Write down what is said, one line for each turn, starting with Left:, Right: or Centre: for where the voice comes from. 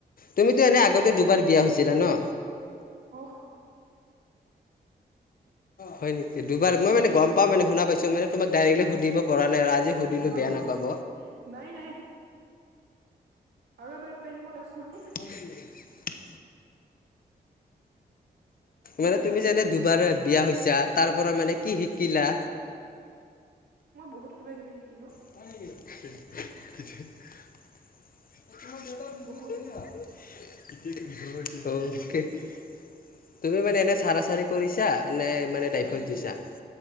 Left: তুমিতো
Right: উম
Left: এনে আগতে দুবাৰ বিয়া হৈছিলা ন।
Right: অহ
Left: হয় নিকি দুবাৰ মই মানে গম পাও মানে শুনা পাইছো মানে তোমাক ডাইৰেক্টলি সুধিব পৰা নাই আৰু আজি সুধিলোঁ বেয়া
Right: অহ
Left: নাপাব।
Right: নাই নাই। আৰু এবাৰ প্লেনিঙত আছো।
Left: <unintelligible> মানে তুমি যে এনে দুবাৰে বিয়া হৈছা তাৰ পৰা মানে কি শিকিলা
Right: মই বহুত কিবা কিবি শিকিলো।
Left: <unintelligible> অকে
Right: বহুত
Left: তুমি মানে এনে চাৰা চাৰি কৰিছা নে মানে ডাইভোচ দিছা।